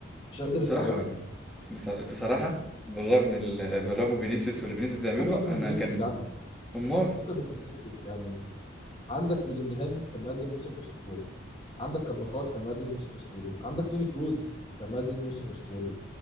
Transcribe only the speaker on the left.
مش قادر
استوعبها
يعني
فكك
من فينيسيوس
يا عم
فكك من فينيسيوس يعني عندك بلينجهام كان مقدم موسم اسطوري عندك كارفاخال كان مقدم موسم اسطوري عندك توني كروز كان مقدم موسم اسطوري